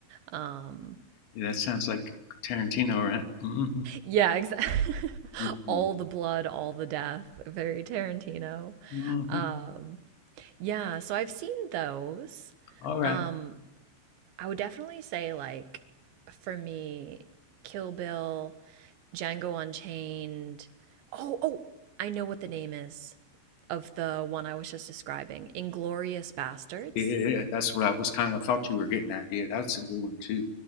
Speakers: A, on the right (about 75°); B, on the left (about 75°).
A: Um
B: Yeah, that sounds like Tarantino, right? hmm
A: yeah, exactly. <laughs>
B: Mm-hmm.
A: all the blood, all the death, very Tarantino.
B: Mm-hmm.
A: Um yeah, so I've seen those.
B: All right.
A: Um I would definitely say like for me Kill Bill, Django Unchained. Oh, oh, I know what the name is. of the one I was just describing, Inglorious Bastards.
B: Yeah, yeah, yeah, that's what I was kind of thought you were getting at. Yeah, that's a good one too.